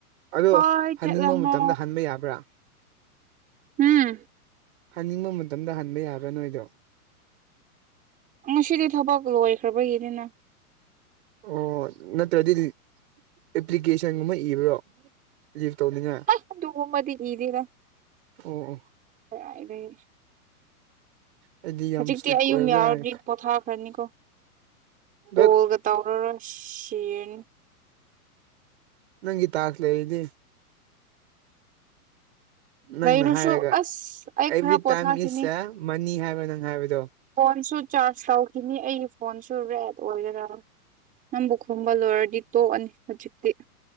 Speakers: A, on the right; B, on the right.
A: ꯑꯗꯣ
B: ꯍꯣꯏ
A: ꯍꯟꯅꯤꯡꯕ
B: ꯆꯠ ꯂꯝꯣ
A: ꯃꯇꯝꯗ ꯍꯟꯕ ꯌꯥꯕ꯭ꯔꯥ
B: ꯎꯝ
A: ꯍꯟꯅꯤꯡꯕ ꯃꯇꯝꯗ ꯍꯟꯕ ꯌꯥꯒ ꯅꯣꯏꯗꯣ
B: ꯉꯁꯤꯗꯤ ꯊꯕꯛ ꯂꯣꯏꯈ꯭ꯔꯕꯒꯤꯅꯤꯅ
A: ꯑꯣ ꯅꯠꯇ꯭ꯔꯗꯤ ꯑꯦꯄ꯭ꯂꯤꯀꯦꯁꯟꯒꯨꯝꯕ ꯏꯕ꯭ꯔꯣ ꯂꯤ ꯂꯤꯐ ꯇꯧꯅ
B: ꯑ ꯑꯗꯨꯒꯨꯝꯕꯗꯤ ꯏꯗꯦꯗ
A: ꯑꯣ
B: ꯀꯗꯥꯏꯗꯒꯤ
A: ꯑꯩꯗꯤ ꯌꯥꯝ
B: ꯍꯧꯖꯤꯛꯇꯤ
A: ꯏꯁꯇ꯭ꯔꯤꯛ
B: ꯑꯩ
A: ꯑꯣꯏꯕ꯭ꯔꯥꯅ
B: ꯌꯨꯝ ꯌꯥꯎꯔꯗꯤ ꯄꯣꯊꯥꯈ꯭ꯔꯅꯤꯀꯣ
A: ꯗꯠ
B: ꯀꯣꯜꯒ ꯇꯧꯔꯔꯣꯏ ꯁꯤꯔꯅꯤ
A: ꯅꯪ ꯏ ꯇ ꯍꯥꯥꯛꯂ ꯏꯗꯤ ꯅꯪꯅ
B: ꯂꯩꯔꯁꯨ
A: ꯍꯥꯏꯔꯒ
B: ꯑꯁ ꯑꯩ
A: ꯑꯦꯚ꯭ꯔꯤ
B: ꯈꯔ ꯄꯣꯊꯥꯈꯤꯅꯤ
A: ꯇꯥꯏꯝ ꯏꯁ ꯑꯦ ꯃꯅꯤ ꯍꯥꯏꯕ ꯅꯪ ꯍꯥꯏꯕꯗꯣ
B: ꯐꯣꯟꯁꯨ ꯆꯥꯔꯖ ꯇꯧꯈꯤꯅꯤ ꯑꯩꯒꯤ ꯐꯣꯟꯁꯨ ꯔꯦꯠ ꯑꯣꯏꯒꯦꯔꯥ ꯅꯪꯕꯨ ꯈꯣꯕ ꯂꯣꯏꯔꯗꯤ ꯇꯣꯛꯑꯅꯤ ꯍꯧꯖꯤꯛꯇꯤ